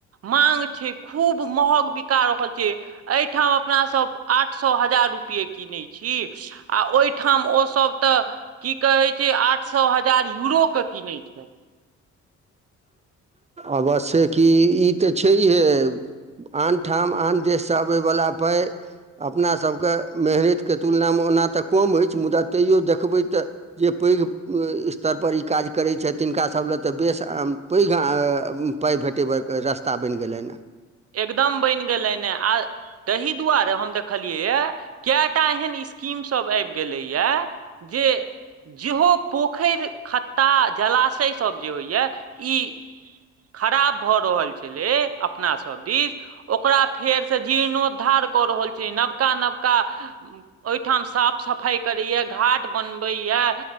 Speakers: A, on the right; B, on the right.
A: माँग छै खूब महग बिका रहल छै एहिठाम अपनासभ आठ सए हजार रुपैए कीनैत छी आ ओहिठाम ओ सब तऽ की कहे छै आठ सए हजार यूरो के किनै छै
B: अवश्य‌ए कि ई तऽ छैहे आनठाम आन देशसँ अबयवला पइ अपनासभके मेहनतिके तुलनामे ओना तऽ कम अछि मुदा तैओ देखबै तऽ जे पैघ स्तरपर ई काज करैत छथि तिनकासभ लेल तऽ बेसम पैघ अ पाइ भेटेबैके रस्ता बनि गेलनि हँ
A: एकदम बनि गेलै ने आ ताहि दुआरे हम देखलियैए कए टा एहन स्कीमसभ आबि गेलैएया जे जेहो पोखरि खत्ता जलाशयसभ जे होइए ई खराब भऽ रहल छलै अपना सब दिश ओकरा फेर से जीर्णोद्धार कऽ रहल छै नबका नबका ओहिठाम साफ सफाइ करैए घाट बनबैए